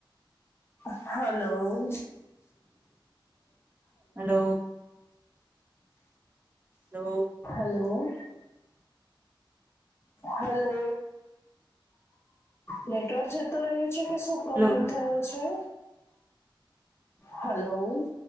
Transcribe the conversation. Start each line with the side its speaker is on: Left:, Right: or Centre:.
Left: Hello hello.
Right: Hello hello
Left: hello. Hello. Network જતું રહ્યું છે કે શું? પ્રોબ્લેમ
Right: હલો
Left: થયો છે. હલો.